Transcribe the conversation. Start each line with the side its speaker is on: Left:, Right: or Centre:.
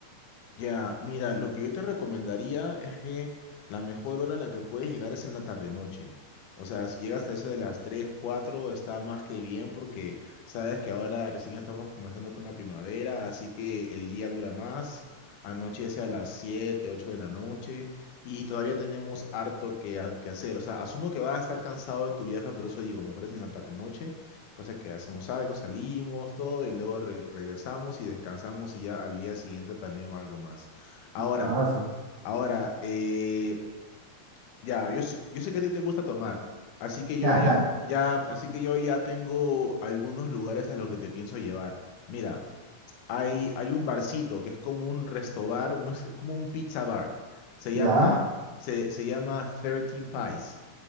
Left: Ya, mira, lo que yo te recomendaría es que la mejor hora en la que puedes llegar es en la tarde-noche. O sea, si llegas hasta eso de las 3, 4 está más que bien porque sabes que ahora recién estamos comenzando con la primavera, así que el día dura más, anochece a las 7, 8 de la noche y todavía tenemos harto que, ha- que hacer. O sea, asumo que vas a estar cansado de tu viaje, por eso digo, mejor es en la tarde-noche Cosa que hacemos algo, salimos, todo, y luego re- regresamos y descansamos y ya al día siguiente planeo algo más. Ahora,
Right: Bravazo.
Left: ahora, eh, ya, yo, sé- yo sé que a ti te gusta tomar, así que yo
Right: <laughs>
Left: ya, ya, así que yo ya tengo algunos lugares a los que te pienso llevar. Mira, hay, hay un barcito que es como un restobar, un- es como un pizza bar. Se llama,
Right: Ya,
Left: se, se llama 13 Pies.